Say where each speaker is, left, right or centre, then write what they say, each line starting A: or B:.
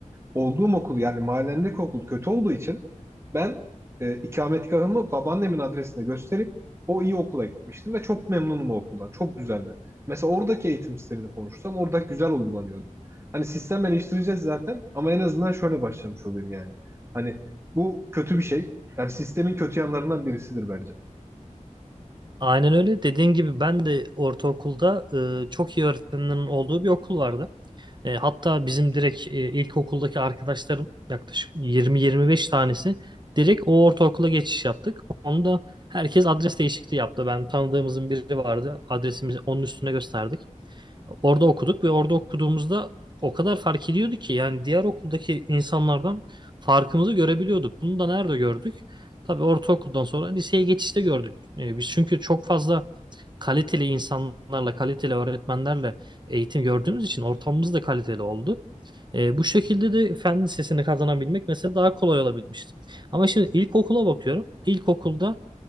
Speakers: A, on the right (about 20°); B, on the right (about 35°).
A: olduğum okul yani mahallemdeki okul kötü olduğu için ben e, ikametgahımı babaannemin adresine gösterip o iyi okula gitmiştim ve çok memnunum o okuldan. Çok güzeldi. Mesela oradaki eğitim sistemini konuşsam orada güzel uygulanıyordu. Hani sistem eleştireceğiz zaten ama en azından şöyle başlamış olayım yani. Hani bu kötü bir şey. Yani sistemin kötü yanlarından birisidir bence.
B: Aynen öyle. Dediğin gibi ben de ortaokulda e, çok iyi öğretmenlerin olduğu bir okul vardı. E, hatta bizim direkt e, ilkokuldaki arkadaşlarım yaklaşık 20-25 tanesi direkt o ortaokula geçiş yaptık. Onu da herkes adres değişikliği yaptı. Ben tanıdığımızın biri vardı. Adresimizi onun üstüne gösterdik. Orada okuduk ve orada okuduğumuzda o kadar fark ediyordu ki yani diğer okuldaki insanlardan farkımızı görebiliyorduk. Bunu da nerede gördük? Tabii ortaokuldan sonra liseye geçişte gördük. Ee, biz çünkü çok fazla kaliteli insanlarla, kaliteli öğretmenlerle eğitim gördüğümüz için ortamımız da kaliteli oldu. Ee, bu şekilde de fen lisesini kazanabilmek mesela daha kolay olabilmişti. Ama şimdi ilkokula bakıyorum. İlkokulda